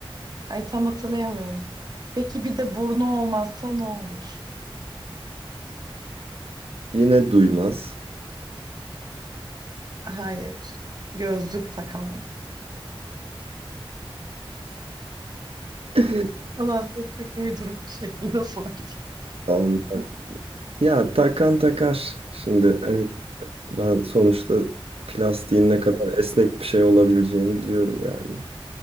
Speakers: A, on the right; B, on the right.
A: Ay tam hatırlayamıyorum. Peki bir de burnu olmazsa ne olur?
B: Yine duymaz.
A: Hayır. Gözlük takamaz.
B: <laughs>
A: Allah da çok uyduruk bir şekilde sordu.
B: Ondan- Ya takan takar. Şimdi hani ben sonuçta plastiğin ne kadar esnek bir şey olabileceğini biliyorum yani.